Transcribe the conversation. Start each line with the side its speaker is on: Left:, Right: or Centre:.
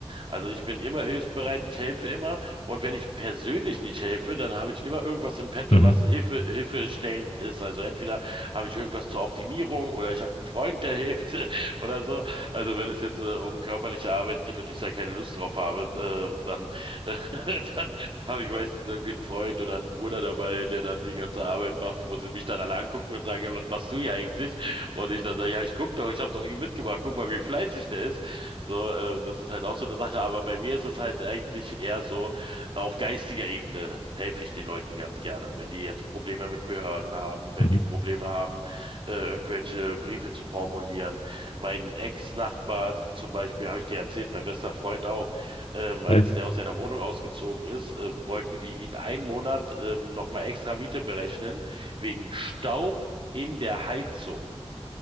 Right: Also ich bin immer hilfsbereit, ich helfe immer. Und wenn ich persönlich nicht helfe, dann habe ich immer irgendwas im Petto,
Left: Mhm.
Right: was Hilfe, hilfestellend ist. Also entweder habe ich irgendwas zur Optimierung oder ich habe einen Freund, der hilft <laughs> oder so. Also wenn es jetzt äh, um körperliche Arbeit geht und ich da keine Lust drauf habe, äh, dann, äh, <laughs> dann habe ich meistens irgendwie einen Freund oder einen Bruder dabei, der dann die ganze Arbeit macht, wo sie mich dann alle angucken und sagen, "Ja, was machst du hier eigentlich? Und ich dann sage, ja, ich guck doch, ich habe doch ihn mitgebracht, guck mal, wie fleißig der ist. So, ähm, das ist halt auch so eine Sache, aber bei mir ist es halt eigentlich eher so, auf geistiger Ebene helfe ich den Leuten ganz gerne. Wenn die jetzt Probleme mit Behörden haben, wenn
Left: Mhm.
Right: die Probleme haben, äh, irgendwelche Briefe zu formulieren. Mein Ex-Nachbar d- zum Beispiel, habe ich dir erzählt, mein bester Freund auch, ähm, als
Left: Ja,
Right: der aus seiner Wohnung ausgezogen ist, äh, wollten die ihn einen Monat ähm, nochmal extra Miete berechnen, wegen Staub in der Heizung.